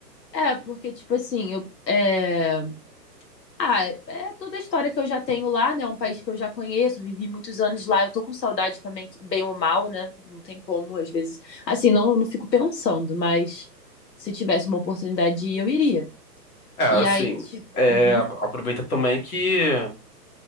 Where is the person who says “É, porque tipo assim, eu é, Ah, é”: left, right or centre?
Left